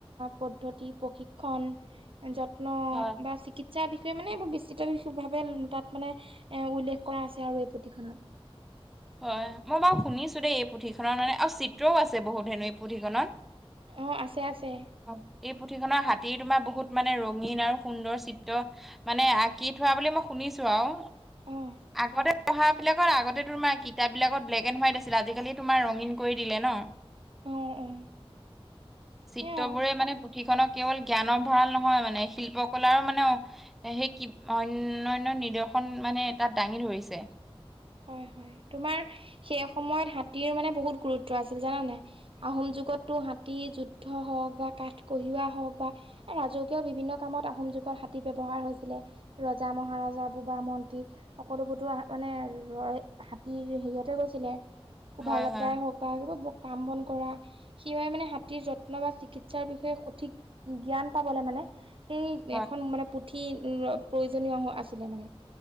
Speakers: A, on the right; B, in the centre.
A: পদ্ধতি, প্ৰশিক্ষণ যত্ন
B: হয়,
A: বা চিকিৎসা যাৰ বিষয়ে মানে এইবোৰ বিস্তৃত ভাৱে তাত মানে এ উল্লেখ কৰা আছে আৰু এই পুথিখনত।
B: হয় মই বাৰু শুনিছো দেই এই পুথিখনৰ মানে আৰু চিত্ৰও আছে বহুত হেনো এই পুথিখনত।
A: অ' আছে আছে।
B: অ' এই পুথিখনৰ হাতী তোমাৰ বহুত মানে ৰঙীন আৰু সুন্দৰ চিত্ৰ মানে আঁকি থোৱা বুলি মই শুনিছো আৰু
A: অ
B: আগতে পঢ়া বিলাকত আগতে তোমাৰ কিতাপ বিলাকত ব্লেক এড হোৱাইট আছিলে আজিকালি তোমাৰ ৰঙীণ কৰি দিলে ন।
A: অ অ
B: চিত্ৰ
A: সেয়া
B: বোৰে মানে সিখনক কেৱল জ্ঞানৰ ভঁৰাল নহয় মানে শিল্পকলাৰো মানে সেই কি অনন্য নিদৰ্শন মানে তাত দাঙি ধৰিছে।
A: হয়, হয় তোমাৰ সেই সময়ত হাতীৰ মানে বহুত গুৰুত্ব আছিল জানান নাই? আহোম যুগততো হাতী যুদ্ধ হওঁক বা কাঠ কঢ়িওৱা হওঁক বা ৰাজকীয় বিভিন্ন কামত আহোম যুগত হাতী ব্যৱহাৰ হৈছিলে। ৰজা, মহাৰজা বুবা মন্ত্ৰী সকলোবোৰতো মানে হাতীৰ হেৰিয়তে গৈছিলে। শোভাযাত্ৰাই
B: হয় হয়
A: হওঁক বা কাম বন কৰা। সেই বাবে মানে হাতীৰ যত্ন বা চিকিৎসাৰ বিষয়ে সঠিক জ্ঞান পাবলে মানে সেই
B: হয়
A: এখন মানে পুথি প্ৰয়োজনীয় আছিলে মানে